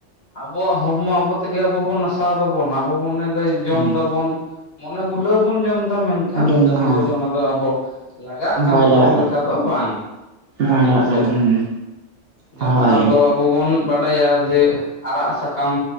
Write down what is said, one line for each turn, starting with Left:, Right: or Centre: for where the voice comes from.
Left: ᱟᱵᱚᱣᱟᱜ ᱦᱚᱲᱢᱚ ᱟᱵᱚ ᱛᱮᱜᱮ ᱟᱵᱚ ᱵᱚᱱ ᱱᱟᱥᱟᱣ ᱫᱟᱵᱚᱱ ᱟᱵᱚ ᱵᱚᱱ ᱢᱚᱱᱮᱫᱟ ᱡᱚᱢ
Right: ᱦᱩᱸ
Left: ᱫᱟᱵᱚᱱ ᱢᱚᱱᱮ ᱵᱩᱞᱟᱹᱣ ᱵᱚᱱ ᱡᱚᱢ ᱮᱫᱟ ᱢᱮᱱᱠᱷ ᱠᱷᱟᱱ
Right: ᱡᱚᱢ
Left: ᱠᱟᱹᱢᱤ
Right: ᱫᱚ ᱦᱟᱸ
Left: ᱨᱮᱫᱚ ᱚᱱᱟ ᱫᱚ ᱟᱵᱚ ᱞᱟᱜᱟᱜ ᱠᱟᱱ
Right: ᱵᱟᱭ
Left: ᱛᱟᱵᱚᱱ
Right: ᱞᱟᱜᱟᱜ
Left: ᱞᱮᱠᱟ ᱫᱚ ᱵᱟᱝ
Right: ᱵᱟᱝ
Left: ᱴᱷᱤᱠ
Right: ᱞᱟᱜᱟᱜ
Left: ᱥᱮ
Right: ᱠᱟᱱᱟ ᱦᱩᱸ
Left: ᱡᱟᱦᱟᱸ
Right: ᱦᱳᱭ
Left: ᱫᱚ ᱟᱵᱚ ᱵᱚᱱ ᱵᱟᱰᱟᱭᱟ ᱡᱮ ᱟᱲᱟᱜ ᱥᱟᱠᱟᱢ